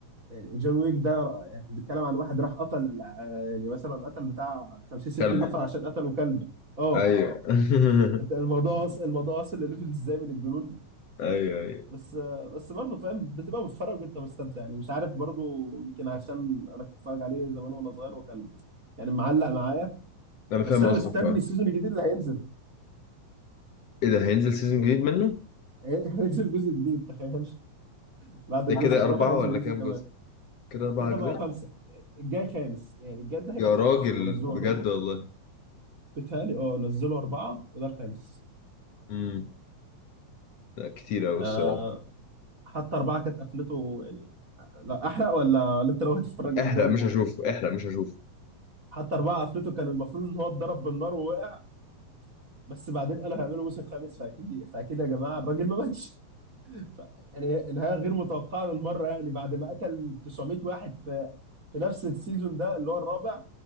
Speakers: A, on the right; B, on the left.
A: يعني جون ويك ده يعني بيتكلم عن واحد راح قتل آه، يعني مثلا قتل بتاع 50 60
B: كلب
A: نفر عشان قتلوا كلب اه
B: ايوه <laughs>
A: انت الموضوع اصلا الموضوع اصلا لليفل ازاي من الجنون
B: ايوه ايوه
A: بس بس برضه فاهم بتبقى بتتفرج وانت مستمتع يعني مش عارف برضه يمكن عشان انا كنت بتفرج عليه زمان وانا صغير وكان يعني معلق معايا
B: انا فاهم
A: بس انا
B: قصدك
A: مستني
B: آه.
A: السيزون الجديد اللي هينزل
B: ايه ده هينزل سيزون
A: يعني
B: جديد
A: <laughs>
B: منه
A: هي- هينزل جزء جديد تخيل بعد
B: ده
A: الجزء
B: كده
A: الرابع
B: اربعة
A: هينزل
B: ولا كام
A: جزء كمان
B: جزء كده اربعة
A: كده
B: اجزاء
A: بقى خمسه الجاي خامس يعني الجاي ده هيبقى
B: يا
A: الخامس
B: راجل
A: هم نزلوا
B: بجد
A: اربعه
B: والله
A: بيتهيألي اه نزلوا اربعه وده الخامس
B: امم لا كتير قوي
A: آه،
B: الصراحه
A: حتى اربعه كانت قفلته يعني آه، لا احرق ولا ولا انت لو هتتفرج
B: احرق
A: قدام
B: مش هشوف احرق مش هشوف
A: حتى أربعة قفلته كان المفروض إن هو اتضرب بالنار ووقع بس بعدين قالوا هيعملوا موسم خامس فأكيد فأكيد يا جماعة الراجل ما ماتش ف- يعني نهاية غير متوقعة للمرة يعني بعد ما قتل 900 واحد في في نفس السيزون ده اللي هو الرابع